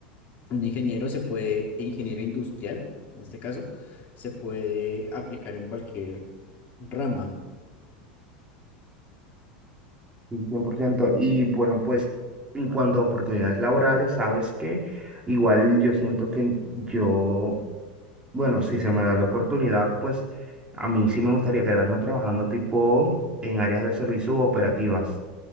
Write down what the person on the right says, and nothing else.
Sí, cien por ciento Y bueno, pues en cuanto a oportunidades laborales, sabes que igual yo siento que yo Bueno, si se me da la oportunidad, pues a mí sí me gustaría quedarme trabajando tipo en áreas de servicio u operativas,